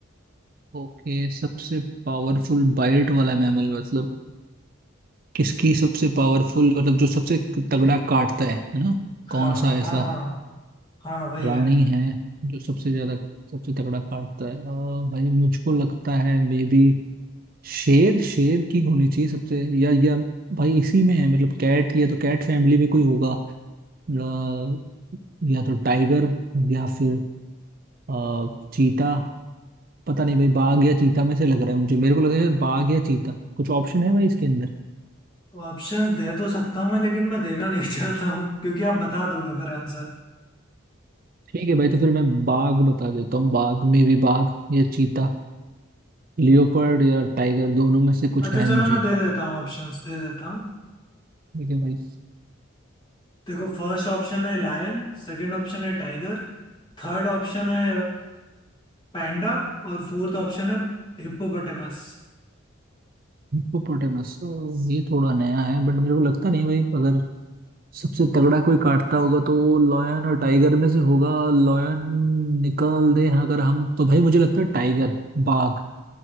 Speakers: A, on the right; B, on the left.
A: ओके सबसे पावरफुल बाइट वाला मैमल मतलब किसकी सबसे पावरफुल मतलब जो सबसे तगड़ा काटता है है ना
B: हाँ
A: कौन सा ऐसा
B: हाँ हाँ हाँ वही
A: प्राणी
B: है
A: है जो सबसे ज्यादा सबसे तगड़ा काटता है अ, भाई मुझको लगता है मे बी शेर शेर की होनी चाहिए सबसे या या भाई इसी में है मतलब कैट या तो कैट फैमिली में कोई होगा अ, या तो टाइगर या फिर अ, चीता पता नहीं भाई बाघ या चीता में से लग रहा है मुझे मेरे को लग रहा है बाघ या चीता कुछ ऑप्शन है भाई इसके अंदर
B: ऑप्शंस दे तो सकता हूँ मैं लेकिन मैं देना नहीं <laughs> चाहता हूँ क्योंकि आप बता दोगे फिर आंसर
A: ठीक है भाई तो फिर मैं बाघ बता देता हूँ बाघ में भी बाघ या चीता लियोपर्ड या टाइगर दोनों में से कुछ
B: अच्छा
A: है
B: चलो
A: मुझे
B: मैं दे देता हूँ ऑप्शंस दे देता हूँ
A: ठीक है भाई
B: देखो फर्स्ट ऑप्शन है लायन सेकंड ऑप्शन है टाइगर थर्ड ऑप्शन है पैंडा और फोर्थ ऑप्शन है हिप्पोपोटामस
A: हिप्पोपोटामस तो ये थोड़ा नया है बट मेरे को लगता नहीं भाई अगर सबसे तगड़ा कोई काटता होगा तो वो लॉयन और टाइगर में से होगा लॉयन निकाल दे हाँ, अगर हम तो भाई मुझे लगता है टाइगर बाघ